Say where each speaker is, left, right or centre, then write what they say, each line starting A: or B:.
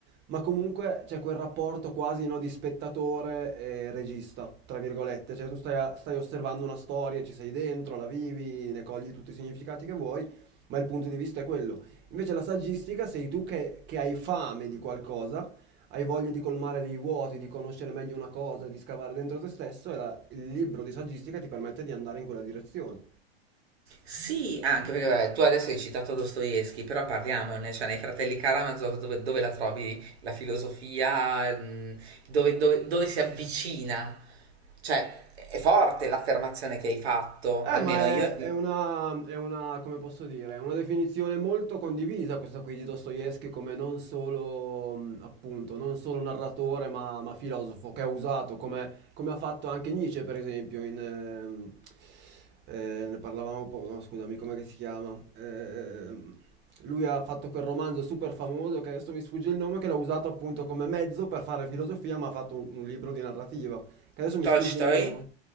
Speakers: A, on the right; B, on the right.
A: ma comunque c'è quel rapporto quasi no, di spettatore e regista, tra virgolette, cioè tu stai, a- stai osservando una storia, ci sei dentro, la vivi, ne cogli tutti i significati che vuoi, ma il punto di vista è quello. Invece la saggistica sei tu che, che hai fame di qualcosa, hai voglia di colmare dei vuoti, di conoscere meglio una cosa, di scavare dentro te stesso e la- il libro di saggistica ti permette di andare in quella direzione.
B: Sì, anche perché vabbè, tu adesso hai citato Dostoevsky, però parliamone, cioè nei Fratelli Karamazov dove, dove la trovi la filosofia, mh, dove, dove- dove si avvicina, cioè è forte l'affermazione che hai fatto,
A: Eh,
B: almeno
A: ma è,
B: io,
A: è una, è una, come posso dire, è una definizione molto condivisa questa qui di Dostoevsky come non solo, mh, appunto, non solo narratore ma, ma filosofo, che ha usato, come, come ha fatto anche Nietzsche, per esempio, in, ehm, eh, ne parlavamo, po- no, scusami, come si chiama? Ehm, lui ha fatto quel romanzo super famoso che adesso mi sfugge il nome, che l'ha usato appunto come mezzo per fare filosofia, ma ha fatto un un libro di narrativa, che adesso mi
B: Tolstoi,
A: sfugge il nome.